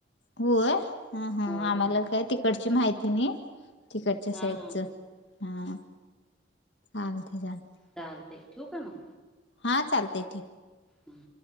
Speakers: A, on the left; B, in the centre.
A: होय ह हा
B: होय
A: आम्हाला
B: होय
A: काय तिकडची माहिती नाही तिकटच्या
B: हा
A: स याच
B: हा
A: हा चालते चालते
B: चाल ते ठेव का म
A: हा चालते ते
B: हम्म